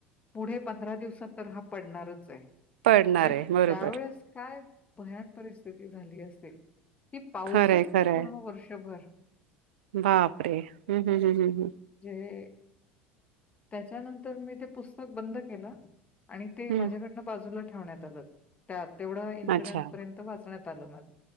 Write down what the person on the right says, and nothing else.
पडणार
आहे बरोबर
खरंय
खरंय
बापरे हम् हम् हम् हम् हम्
हम्म
हम्म अच्छा